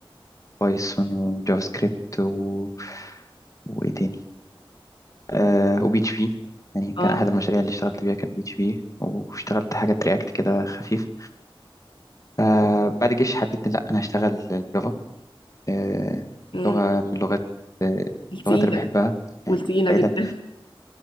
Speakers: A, on the left; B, on the left.
A: وبايثون وجافا سكريبت و... وايه تاني آه وبي اتش بي يعني كان
B: اه
A: احد المشاريع اللي اشتغلت بيها كان بي اتش بي واشتغلت حاجات رياكت كده خفيف آه بعد الجيش حددت لا انا هشتغل الجافا آه
B: مم،
A: لغه من لغات آه
B: التقيلة
A: اللغات اللي بحبها يعني
B: والتقيلة
A: بعيدا
B: جدا